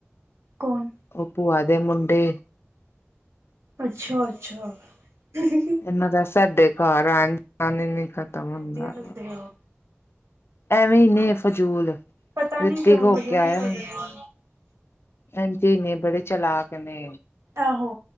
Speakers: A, on the right; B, on the left.
A: ਕੋਣ?
B: ਓ ਭੂਆ ਦੇ ਮੁੰਡੇ।
A: ਅੱਛਾ-ਅੱਛਾ, ਤੂਸੀ ਫਿ
B: ਇਨਾਂ ਦਾ ਸਾਡੇ ਘਾਰ ਆਨ-ਜਾਨ ਈ ਨੀ
A: ਇੰਨੇ
B: ਖਤਮ ਹੁੰਦਾ
A: ਵਧੀਆ ਲੱਗਦੇ ਆ
B: ਐਂਵੀ ਨੇ ਫਜੂਲ,
A: ਪਤਾ
B: ਰਿਤਿਕ
A: ਨੀ ਕਿਉਂ
B: ਹੋ
A: ਵਧੀਆ
B: ਕੇ
A: ਨੀ
B: ਆਏਆ
A: ਲੱਗਦੇ
B: ਨ
A: ਮੈਨੂੰ
B: ਐਂਜੀ ਨੇ ਬੜੇ ਚਲਾਕ ਨੇ।
A: ਆਹੋ